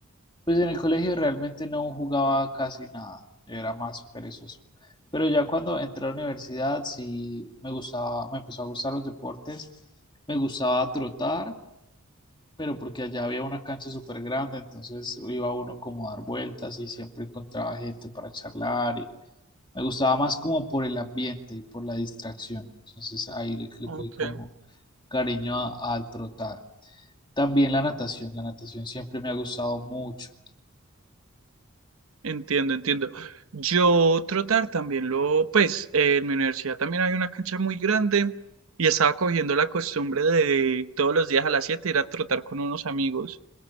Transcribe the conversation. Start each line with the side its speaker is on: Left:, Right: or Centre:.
Left: pues en el colegio realmente no jugaba casi nada, yo era más perezoso. Pero ya cuando entré a la universidad sí me gustaba, me empezó a gustar los deportes, me gustaba trotar, pero porque allá había una cancha súper grande, entonces iba uno como a dar vueltas y siempre encontraba gente para charlar y me gustaba más como por el ambiente y por la distracción. Entonces ahí le, le
Right: Ok.
Left: cogí como cariño a- al trotar. También la natación, la natación siempre me ha gustado mucho.
Right: Entiendo, entiendo. Yo trotar también lo, pues eh, en mi universidad también hay una cancha muy grande y estaba cogiendo la costumbre de todos los días a las 7 ir a trotar con unos amigos.